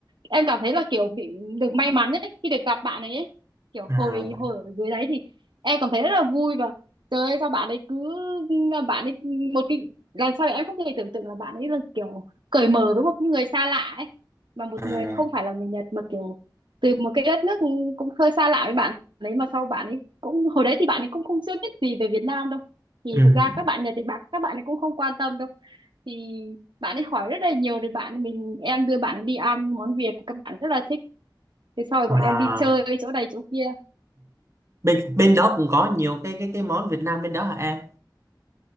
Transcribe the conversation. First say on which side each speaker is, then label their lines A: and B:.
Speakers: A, on the right; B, on the right.
A: em cảm thấy là kiểu bị được may mắn ấy khi được gặp bạn ấy, ấy. kiểu
B: à,
A: hồi hồi ở dưới đấy thì em cảm thấy rất là vui và Trời ơi, sao bạn ấy cứ bạn ấy một cái làm sao để em không thể tưởng tượng là bạn ấy là kiểu cởi mở với một cái người xa lạ ấy mà một
B: à,
A: người không phải là người Nhật mà kiểu từ một cái đất nước cũng hơi xa lạ với bạn đấy mà sau bạn ấy cũng hồi đấy thì bạn ấy cũng không chưa biết gì về Việt Nam đâu thì
B: ừ,
A: thực ra các bạn Nhật thì bạn các bạn ấy cũng không quan tâm đâu thì bạn ấy hỏi rất là nhiều thì bạn mình em đưa bạn ấy đi ăn món Việt các bạn rất là thích thế sau rồi
B: à,
A: bọn em đi chơi chỗ này chỗ kia
B: bên bên đó cũng có nhiều cái cái cái món Việt Nam bên đó hả em